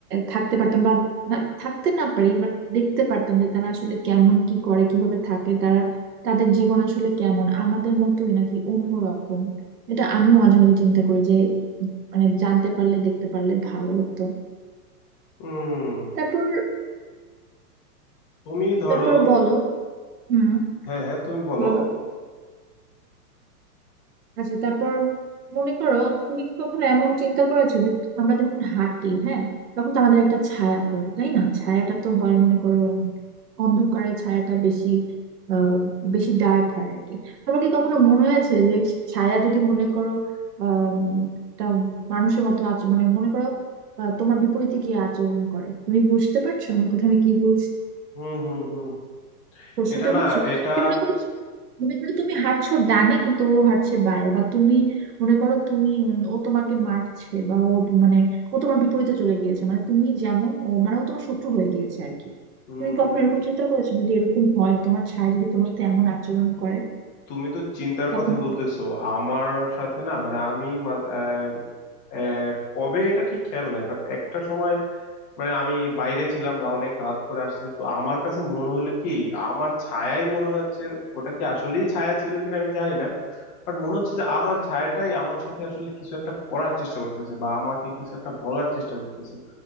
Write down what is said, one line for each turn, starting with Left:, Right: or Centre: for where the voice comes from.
Right: থাকতে পারতাম বা না- থাকতে না পারি বাট দেখতে পারতাম যে তারা আসলে কেমন কি করে কিভাবে থাকে তারা তাদের জীবন আসলে কেমন আমাদের মতোই নাকি অন্যরকম এটা আমিও মাঝে মাঝে চিন্তা করি যে মানে জানতে পারলে দেখতে পারলে ভালো হতো
Left: হুম
Right: তারপর
Left: তুমি ধরো
Right: তারপর বলো হুম
Left: হ্যাঁ হ্যাঁ তুমি বলো
Right: বলো আচ্ছা তারপর মনে করো তুমি কি কখনো এমন চিন্তা করেছো যে আমরা যখন হাঁটি হ্যাঁ তখন তো আমাদের একটা ছায়া পড়ে তাই না ছায়াটা তো হয় মনে করো অন্ধকারে ছায়াটা বেশি আহ বেশি ডার্ক হয় আর কি তোমার কি কখনো মনে হয়েছে যে ছায়া যদি মনে করো আহ একটা মানুষের মতো আচরণ মানে মনে করো আহ, তোমার বিপরীতে গিয়ে আচরণ করে তুমি বুঝতে পারছো আমার কথা আমি কি বলছি
Left: হুম হুম হুম হুম।
Right: প্রশ্নটা
Left: এটা না
Right: বুঝছো
Left: এটা
Right: যে মনে করো মনে করো তুমি হাঁটছো ডানে কিন্তু ও হাঁটছে বাঁয়ে বা তুমি মনে করো তুমি উম, ও তোমাকে মারছে বা ও মানে ও তোমার বিপরীতে চলে গিয়েছে মানে তুমি যেমন ও মানে ও তোমার শত্রু হয়ে গিয়েছে আর কি
Left: হুম
Right: তুমি কখনো এরকম চিন্তা করেছো যদি এরকম হয় তোমার ছায়া যদি তোমার সাথে এমন আচরণ করে
Left: তুমি তো চিন্তার
Right: তখন
Left: কথা বলতেছো আমার সাথে না মানে আমি মা- আহ, আহ, কবে এটা ঠিক খেয়াল নাই বাট একটা সময় মানে আমি বাইরে ছিলাম বা অনেক রাত করে আসছি তো আমার কাছে মনে হলো কি আমার ছায়াই মনে হচ্ছে ওটা কি আসলেই ছায়া ছিল কিনা আমি জানি না বাট মনে হচ্ছে যে আমার ছায়াটাই আমার সাথে আসলে কিছু একটা করার চেষ্টা করতেছে বা আমাকে কিছু একটা বলার চেষ্টা করতেছে